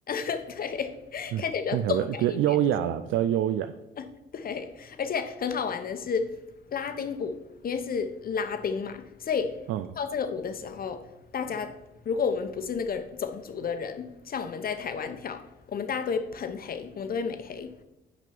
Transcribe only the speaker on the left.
<laughs> 对，
看起来比较动感一点。
<laughs> 对，而且很好玩的是拉丁舞，因为是拉丁嘛，所以跳这个舞的时候，
大家如果我们不是那个种族的人，像我们在台湾跳，我们大家都会喷黑，我们都会美黑。